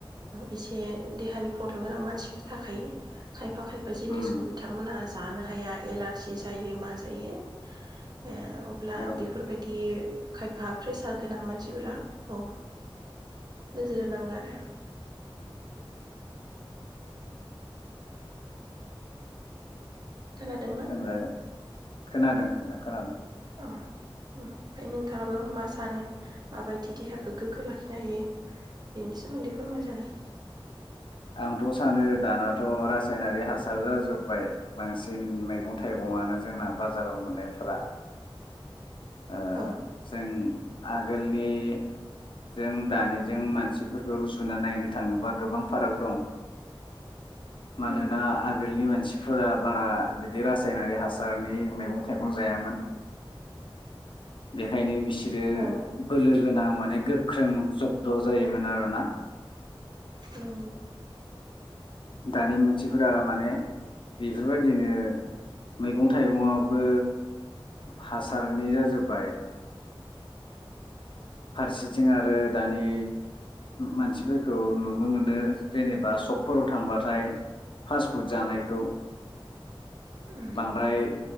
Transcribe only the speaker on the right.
एसे देहानि प्रब्लेम गोनां मानसिफोर थाखायो खायफा खायफा जिनिसखौ
बिथांमोनहा जानो हाया एलारजि जायो मा जायो ओ अब्ला
बेफोरबायदि खायफा बा प्रेसार गोनां मानसिफोरा औ नोजोर होनांगौ आरो खोनादोंना
ओमफाय नोंथाङाबो मा सानो माबायदि देहाखौ गोग्गो लाखिनो हायो बेनि सोमोन्दै फोरमाय जागोन
औ
उम
औ
नोंगौ
उम